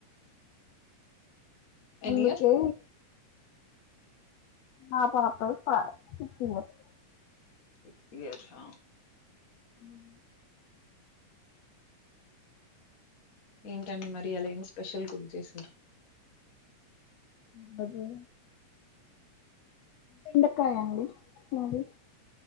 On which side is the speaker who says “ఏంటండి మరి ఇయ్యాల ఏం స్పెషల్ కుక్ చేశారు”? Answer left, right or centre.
Left